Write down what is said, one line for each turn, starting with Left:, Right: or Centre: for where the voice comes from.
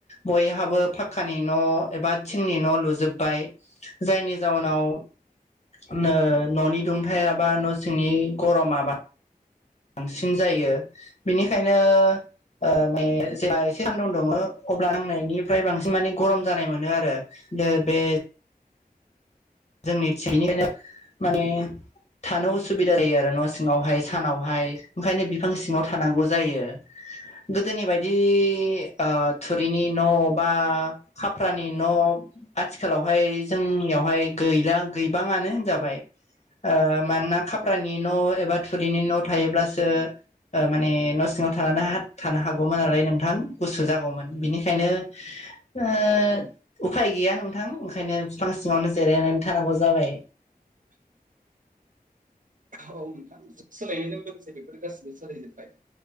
Left: बयहाबो फाख्खानि न' एबा थिंनि न' लुजोब्बाय। जायनि जाउनाव। ओ न'नि दुंथायाबा न' सिंनि गरमा बां। बांसिन जायो बेनिखायनो। ओ मे जा एसे सान्दुं दुङो अब्ला नायनिफ्राय बांसिन माने गरम जानाय मोनो आरो। दो बे। जोंनि थिगैनिनो माने। थानो उसुबिदा जायो आरो न' सिङावहाय सानावहाय ओंखायनो बिफां सिङाव थानांगौ जायो। गोदोनि बायदि ओ थुरिनि न' बा। खाफ्रानि न' आथिखालावहाय जोंनियावहाय। गैला गैबाङानो होनजाबाय। ओ मानोना खाफ्रानि न' एबा थुरिनि न' थायोब्लासो। ओ माने न' सिङाव थानानै थानो हागौमोन नालाय नोंथां गुसु जागौमोन बिनिखायनो। ओ उफाय गैया नोंथां ओंखायनो बिफां सिङावनो जिरायनानै थानांगौ जाबाय‌।
Right: औ- औ नोंथां जुग सोलायनायजों लोगोसे बेफोर गासिबो सोलायजोबबाय।